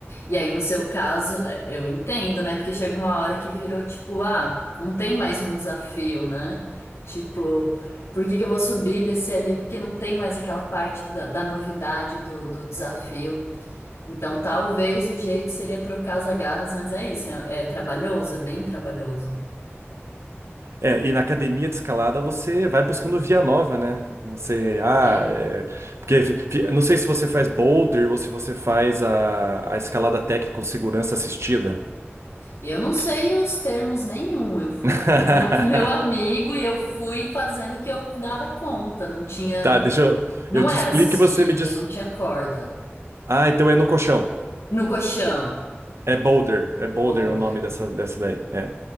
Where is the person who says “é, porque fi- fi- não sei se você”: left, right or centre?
Right